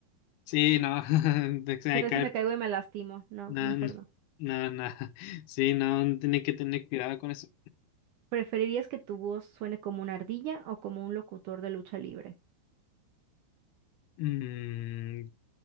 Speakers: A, on the left; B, on the right.
A: Sí, no. <laughs> De que hay
B: ¿Qué tal
A: caer-
B: si me caigo y me lastimo? No,
A: No,
B: mejor
A: no,
B: no.
A: no. no. <laughs> Sí, no. Tiene que tener cuidado con eso.
B: ¿Preferirías que tu voz suene como una ardilla o como un locutor de lucha libre?
A: Mm,